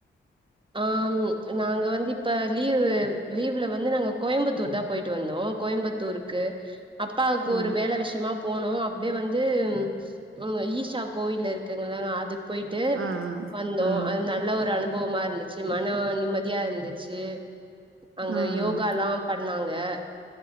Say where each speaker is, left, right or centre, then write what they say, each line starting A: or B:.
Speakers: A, on the right (about 25°); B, on the right (about 80°).
A: ஆம் நாங்க வந்து இப்ப லீவு லீவ்ல வந்து நாங்க கோயம்பத்தூர் தா போயிட்டு வந்தோ கோயம்பத்தூருக்கு அப்பாவுக்கு
B: ம்
A: ஒரு வேல விஷயமா போனோ அப்டியே வந்து ம் ஈஷா கோவிலு இருக் க்குங்ளங்க அதுக் போயிட்டு
B: ம்
A: வந்தோ
B: ம்
A: அ நல்ல ஒரு அனுபவமா இரு ந்துச்சு மன நிம்மதியா இருந்துச்சு அங்க
B: ம் ம்
A: யோகாலா பண்ணாங் த